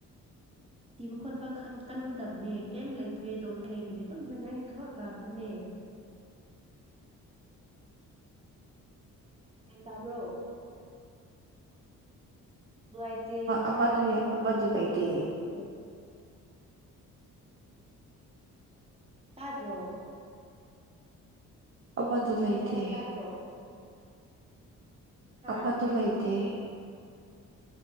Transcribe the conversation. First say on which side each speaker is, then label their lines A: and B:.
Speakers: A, on the right (about 15°); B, on the right (about 35°).
A: ꯊꯤꯕ ꯈꯣꯠꯄ ꯀꯟꯒꯗꯕꯅꯦ ꯀꯩꯝ ꯂꯩꯇ꯭ꯔꯦ ꯇꯧꯅꯥꯏ ꯂꯩꯇ꯭ꯔꯦ ꯑꯗꯨꯣꯃꯅ ꯑꯩ ꯊꯕꯛ ꯉꯥꯛꯇꯅꯦ
B: <inaudible>
A: ꯀ ꯇꯕ꯭ꯔꯣ ꯅꯨꯡꯉꯥꯏꯇꯦ ꯍꯥꯏꯔꯒ
B: ꯑꯃꯗꯨ
A: ꯑꯗꯨꯝ
B: ꯑꯃꯗꯨ
A: ꯎꯡꯕꯒ
B: ꯂꯩꯇꯦ
A: ꯂꯩ ꯇꯥꯗ꯭ꯔꯣ
B: ꯑꯃꯗꯨ ꯂꯩꯇꯦ
A: ꯑꯩ ꯍꯥꯏꯁꯦ ꯇꯥꯗ꯭ꯔꯣ ꯍꯥ
B: ꯑꯃꯗꯨ ꯂꯥꯏꯇꯦ